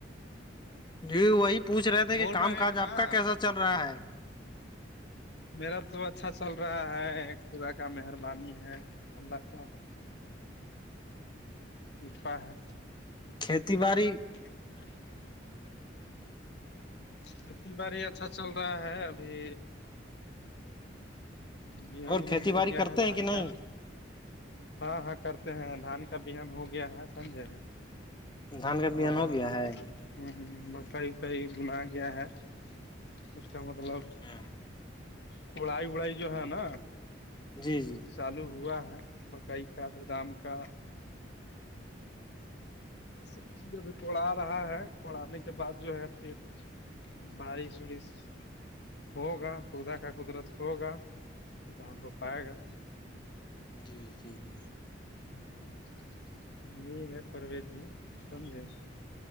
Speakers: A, on the left; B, on the left.
A: جی وہی پوچھ رہے تھے
B: بول
A: کہ کام
B: رہے
A: کاج
B: ہیں نا
A: آپ کا کیسا چل رہا ہے
B: میرا تو اچھا چل رہا ہے خدا کا مہربانی ہے اللہ کا کرپا ہے
A: کھیتی باڑی
B: کھیتی باڑی کھیتی باڑی اچھا چل رہا ہے ابھی بیہن
A: اور
B: وہن
A: کھیتی
B: ہو
A: باڑی
B: گیا
A: کرتے
B: ہے دھان
A: ہیں کہ نہیں
B: کا ہاں ہاں کرتے ہیں دھان کا بہن ہو گیا ہے سمجے
A: دھان کا
B: اورو
A: بہن ہو
B: ہوں
A: گیا ہے
B: ہ مرکائی وکائی بنا گیا ہے اس کا مطلب
A: ہاں
B: کڑائی وڑائی جو ہے نا
A: جی جی
B: چالو ہوا ہے مکئی کا بادام کا سب چیز ابھی کوڑا رہا ہے کوڑانے کے بعد جو ہے پھر بڑی ڑس ہوگا خدا کا قدرت ہوگا تو دھان ر پائے گا
A: جی جی ج
B: ہوں یہی ہے پرویز جی سمجھے